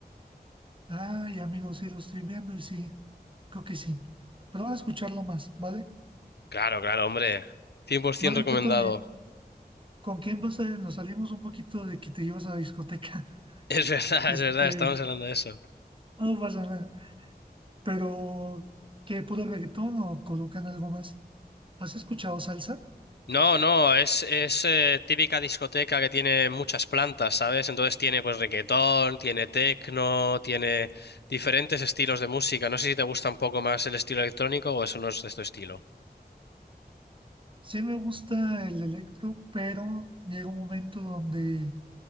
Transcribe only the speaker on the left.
Claro, claro, hombre. 100%
recomendado.
Es verdad,
<laughs> es verdad, estamos hablando de eso.
No, no, es, es eh, típica discoteca que tiene muchas plantas, ¿sabes? Entonces tiene pues reggaetón, tiene techno, tiene diferentes estilos de música. No sé si te gusta un poco más el estilo electrónico o eso no es de tu estilo.